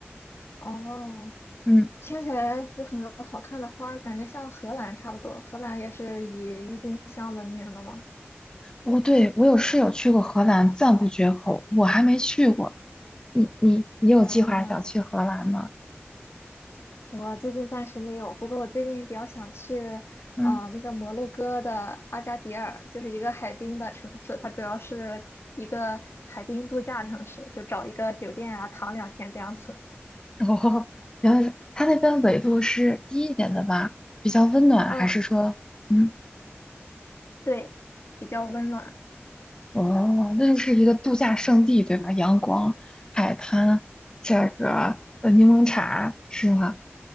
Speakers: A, on the left; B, on the left.
A: 哦，
B: 嗯。
A: 听起来有很多好看的花儿，感觉像荷兰差不多。荷兰也是以郁金香闻名的嘛。
B: 哦，对，我有室友去过荷兰，赞不绝口。我还没去过，你你你有计划想去荷兰吗？
A: 啊，我最近暂时没有，不过我最近比较想去，
B: 嗯，
A: 啊、那个摩洛哥的阿加迪尔，就是一个海滨的城市，它主要是一个海滨度假城市，就找一个酒店啊，躺两天这样子。
B: <laughs> 哦，原来是它那边纬度是低一点的吧？比较温暖，
A: 嗯，
B: 还是说，嗯，
A: 对，比较温暖。
B: 哦，那就是一个度假胜地，对吧？阳光、海滩，这个呃柠檬茶是吗？